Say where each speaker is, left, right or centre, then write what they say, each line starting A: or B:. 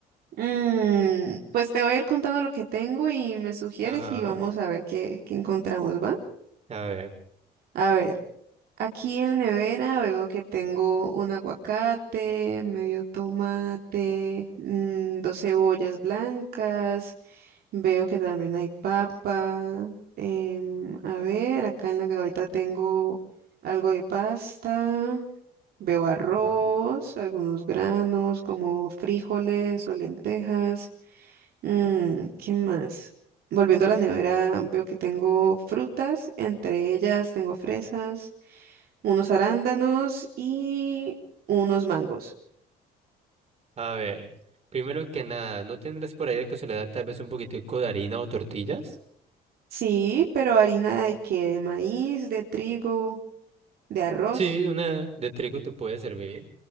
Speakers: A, on the right; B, on the right.
A: mm, pues te voy a ir contando lo que tengo y me sugieres
B: Ajá,
A: y vamos a ver qué, qué encontramos, ¿va?
B: a ver.
A: A ver, aquí en la nevera veo que tengo un aguacate, medio tomate, mm, dos cebollas blancas. Veo que también hay papa. em, a ver, acá en la gaveta tengo algo de pasta. Veo arroz,
B: Ujú.
A: algunos granos como frijoles o lentejas. Mm, ¿qué más? Volviendo a la nevera, veo que tengo frutas. Entre ellas tengo fresas, unos arándanos y unos mangos.
B: A ver, primero que nada, ¿no tendrás por ahí de casualidad tal vez un poquitico de harina o tortillas?
A: Sí, pero harina de qué? ¿De maíz, de trigo, de arroz?
B: Sí, una de trigo te puede servir.